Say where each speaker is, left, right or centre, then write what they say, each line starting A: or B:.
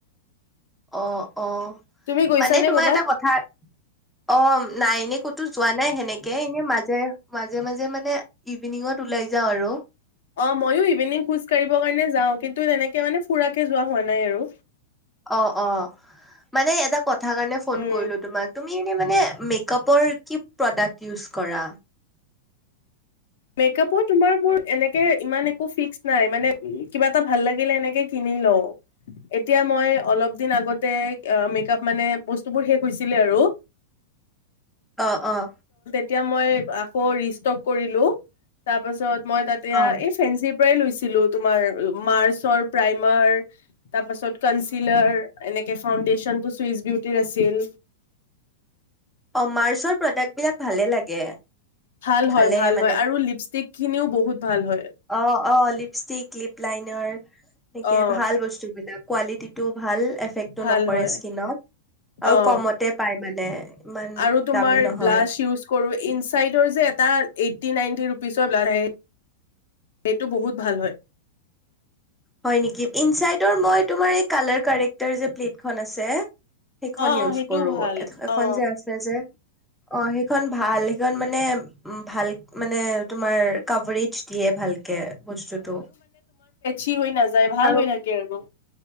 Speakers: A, in the centre; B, on the left.
A: অ'। অ',
B: তুমি গৈছানে
A: মানে তোমাৰ
B: কৰ'বাত
A: এটা কথা, অ', নাই এনে ক'তো যোৱা নাই, সেনেকে এনে মাজে মাজে, মাজে মানে ইভিনিঙত ওলাই যাওঁ আৰু।
B: অ', ময়ো ইভিনিং খোজ কাঢ়িব কাৰণে যাওঁ, কিন্তু তেনেকে মানে ফুৰাকে যোৱা হোৱা নাই আৰু।
A: অ', অ', মানে এটা কথ কথা কাৰণে ফোন
B: উম
A: কৰিলোঁ তোমাক, তুমি এনে মানে মেকাপৰ কি প্ৰডাক্ট ইউজ কৰা?
B: মেকআপৰ তোমাৰ মোৰ এনেকে ইমান একো ফিক্স নাই, মানে কিবা এটা ভাল লাগিলে এনেকে কিনি লওঁ, এতিয়া মই অলপ দিন আগতে আ, মেকআপ মানে বস্তুবোৰ শেষ‌ হৈছিলে আৰু।
A: অ অৱ।
B: এতিয়া মই আকৌ ৰিষ্টক কৰিলো। তাৰ পাছত মই তাতেয়া
A: অ
B: এই ফেঞ্চিপ পৰাই লৈছিলো তোমাৰ মাৰ্চৰ প্ৰাইমাৰ তাৰপাছত কনচিলাৰ এনেক কে ফাউডেশ্যনটো চুইচ বিউটিৰ আছিল।
A: অ মাৰ্চৰ প্ৰডাক্ট বিলাক ভালে লাগে।
B: ভাল হয়
A: ভালে
B: ভাল
A: মানে
B: হয় আৰু লিপষ্টিক খিনিও বহুত ভাল হয়
A: অ অ লিপষ্টিক, লিপ লাইনাৰ এনেকে
B: অ
A: ভাল বস্তু বিলাক। কোৱালিটিটো ভাল এফেক্টো
B: ভাল
A: নকৰে
B: হয়
A: স্কিনত, আৰু
B: অ
A: কমতে পায় মানে ইমান
B: আৰু তোমাৰ
A: দামী নহয়।
B: ব্লাছ ইউজ কৰো ইনচাইডৰ যে এটা এইটটি নাইনটি ৰুপিচৰ ব্লাচ আহে সেইটো বহুত ভাল হয়।
A: হয় নেকি? ইনচাইডৰ মই তোমাৰ এই কালাৰ কৰেক্টৰ প্লেটখন আছে সেইখন
B: অ
A: ইউজ
B: অ সেইটোও
A: কৰো
B: ভাল
A: এখন
B: অ
A: যে আছে যে, অ সেইখন ভাল সেইখন মানে উ ভাল মানে তোমাৰ কভৰিত দিয়ে ভালকে বস্তুটো।
B: টি হৈ নাযায় ভাল
A: আৰু
B: হৈ থাকে আৰু। অ